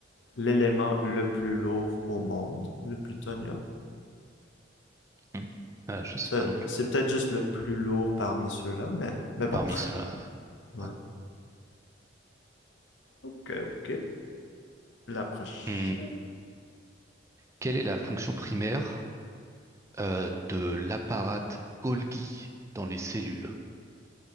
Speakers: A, on the left; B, on the right.
A: l'élément le plus lourd au monde, le plutonium.
B: Hmm. Euh, je sais
A: Ça-
B: pas non plus.
A: C'est peut-être juste le plus lourd parmi ceux-là, mais, mais bon.
B: Parmi ceux-là.
A: Ouais.
B: ouais.
A: Ok, ok. La prochaine.
B: Hmm. Quelle est la fonction primaire euh, de l'apparate Golgi dans les cellules?